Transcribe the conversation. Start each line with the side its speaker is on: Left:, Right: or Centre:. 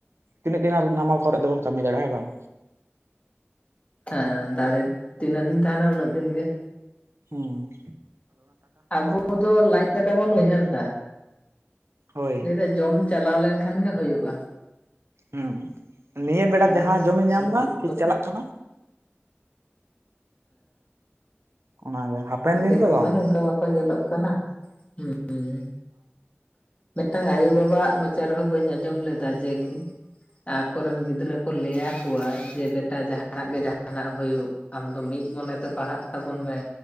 Right: ᱛᱤᱱᱟᱹᱜ ᱫᱤᱱ ᱟᱨ ᱱᱟᱢᱟᱞ ᱠᱚᱨᱮ ᱫᱚᱵᱚᱱ ᱠᱟᱹᱢᱤ ᱫᱟᱲᱮᱭᱟᱜᱼᱟ ᱦᱮᱸ ᱵᱟᱝ?
Left: ᱦᱮᱸ ᱫᱟᱲᱮ ᱛᱤᱱᱟᱹᱜ ᱫᱤᱱ ᱛᱟᱦᱮᱱᱟ ᱩᱱᱟᱹᱜ ᱫᱤᱱ ᱜᱮ᱾
Right: ᱦᱩᱸᱻ
Left: ᱟᱵᱚ ᱫᱚ ᱞᱟᱡ ᱫᱟᱠᱟ ᱵᱚᱱ ᱩᱭᱦᱟᱹᱨ ᱮᱫᱟ᱾
Right: ᱦᱳᱭ
Left: ᱞᱟᱹᱭᱫᱟ ᱡᱚᱢ ᱪᱟᱞᱟᱣ ᱞᱮᱱᱠᱷᱟᱱ ᱜᱮ ᱦᱩᱭᱩᱜᱼᱟ᱾
Right: ᱦᱩᱸ ᱱᱤᱭᱟᱹ ᱵᱮᱲᱟ
Left: ᱟᱨ
Right: ᱡᱟᱦᱟᱸ ᱡᱚᱢᱮ
Left: ᱪᱷᱟᱹᱛᱤᱠ
Right: ᱧᱟᱢᱫᱟ ᱴᱷᱤᱠ
Left: ᱠᱚᱫᱚ
Right: ᱪᱟᱞᱟᱜ ᱠᱟᱱᱟ᱾ ᱚᱱᱟᱜᱮ ᱦᱟᱯᱮᱱ
Left: ᱦᱮᱸᱻ
Right: ᱫᱤᱱ
Left: ᱫᱤᱠᱩ
Right: ᱫᱚ ᱵᱟᱝ
Left: ᱢᱟ ᱱᱚᱝᱠᱟ ᱵᱟᱠᱚ ᱧᱮᱞᱚᱜ ᱠᱟᱱᱟ᱾ ᱦᱩᱸᱻ ᱢᱤᱫᱴᱟᱝ ᱟᱭᱳᱼᱵᱟᱵᱟᱣᱟᱜ ᱢᱚᱪᱟ ᱨᱮᱦᱚᱸ ᱵᱟᱹᱧ ᱟᱸᱡᱚᱢ ᱞᱮᱫᱟ ᱡᱮ ᱟᱠᱚᱨᱮᱱ ᱜᱤᱫᱽᱨᱟᱹ ᱠᱚ ᱞᱟᱹᱭᱟᱠᱚᱣᱟ ᱡᱮ ᱵᱮᱴᱟ ᱡᱟᱦᱟᱸᱟᱱᱟᱜ ᱜᱮ ᱡᱟᱦᱟᱸᱟᱱᱟᱜ ᱦᱩᱭᱩᱜ ᱟᱢᱫᱚ ᱢᱤᱫ ᱢᱚᱱᱮᱛᱮ ᱯᱟᱲᱦᱟᱜ ᱛᱟᱵᱚᱱ ᱢᱮ᱾